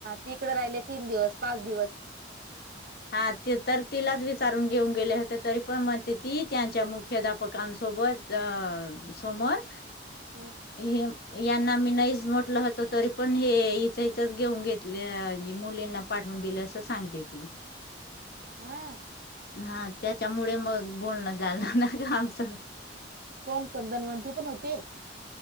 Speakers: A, on the right; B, on the left.
A: तिकडे राहिले तीन दिवस पाच दिवस
B: हा तर तिलाच वि सारून घेऊन गेले होते. तरी पण म्हणते ती त्यांच्या मुख्याध्यापकांसोबत अ समोर
A: ह
B: हे- यांना मी नाहीच म्हटलं होत. तरी पण हे हिच हिचच घेऊन घेतले मुलींना पाठवून दिल अस सांगते ती
A: हा
B: हा त्याच्यामुळे मग बोलण झालं ना का आमचं
A: कोण कोण धन्वंती पण होती.